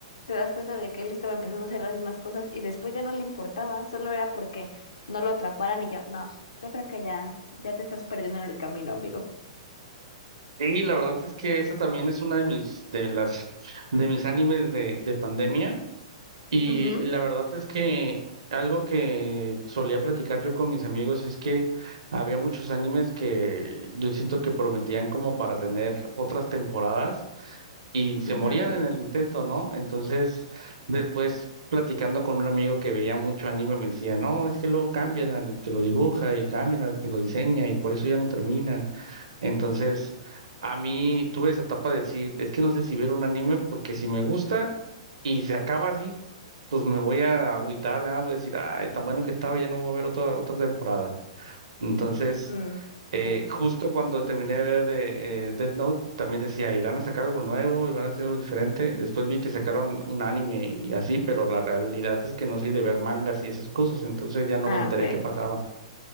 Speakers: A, on the left; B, on the right.
A: te das cuenta de que él estaba empezando a hacer las mismas cosas y después ya no le importaba, solo era porque no lo atraparan y yo, no, yo creo que ya, ya te estás perdiendo en el camino, amigo.
B: Y la verdad es que esa también es una de mis, de las, de mis animes de, de pandemia. Y
A: Ujú,
B: la verdad es que algo que solía platicar yo con mis amigos es que había muchos animes que yo siento que prometían como para tener otras temporadas y se
A: Ujú.
B: morían en el intento, ¿no? Entonces, después platicando con un amigo que veía mucho anime me decía, no, es que luego cambian al que lo dibuja y cambian al que lo diseña y por eso ya no terminan. Entonces, a mí tuve esa etapa de decir, es que no sé si ver un anime porque si me gusta... Y se acaba así pues me voy a agüitar, ¿verdad? Voy a decir, ay, tan bueno que estaba, ya no va a haber otra, otra temporada. Entonces,
A: mm,
B: eh,
A: sí.
B: justo cuando terminé de ver de eh, Death Note, también decía, irán a sacar algo nuevo, van a hacer algo diferente. Después vi que sacaron un anime y así, pero la realidad es que no soy de ver mangas y esas cosas, entonces ya no
A: Ah,
B: me enteré
A: ok.
B: qué pasaba.